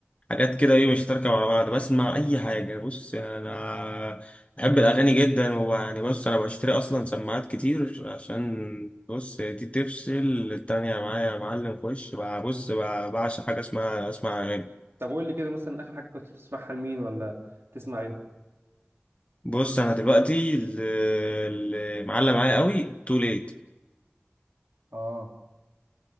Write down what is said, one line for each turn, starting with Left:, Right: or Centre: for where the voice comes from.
Left: حاجات كده ايه مش تركب على بعض بسمع اي حاجه بص انا بحب الاغاني جدا ويعني بص انا بشتري اصلا سماعات كتير عشان بص دي تفصل التانية معايا يا معلم في وش بقى- بص بقى- بعشق حاجه اسمها اسمع اغاني
Right: طب قول لي كده مثلا اخر حاجة كنت بتسمعها لمين ولا تسمع ايه
Left: بص انا دلوقتي اللي اللي معلق معايا قوي تو ليت
Right: اه